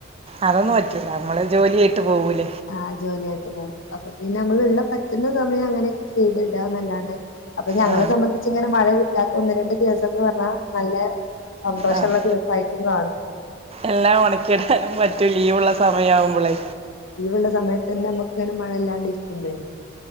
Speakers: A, on the right; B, on the left.
A: അതൊന്നും പറ്റൂല നമ്മള് ജോലിയായിട്ട് പോവൂലെ
B: ആഹ ജോലിയായിട്ട് പോകും അപ്പൊ പിന്നെ നമ്മള്ള്ള പിന്നെന്ന് പറഞ്ഞ് കഴിഞ്ഞാ അങ്ങനെയൊക്കെ ചെയ്തിടന്നല്ലാണ്ട് അപ്പൊ ഞങ്ങളെ
A: ആ
B: സംബന്ധിച്ച് ഇങ്ങനെ മഴ കിട്ടാ ഒന്ന് രണ്ട് ദിവസംന്ന് പറഞ്ഞാ നല്ല സന്തോഷമുള്ള
A: ആഹ്
B: ദിവസമായിട്ടും കാണും
A: എല്ലാം ഉണക്കിടാനും മറ്റും ലീവ് ഉള്ള സമയവുമ്പോളെ
B: നല്ല സമയത്ത് തന്നെ നമക്ക്ങ്ങനെ മഴല്ലാണ്ടരിക്കും <unintelligible>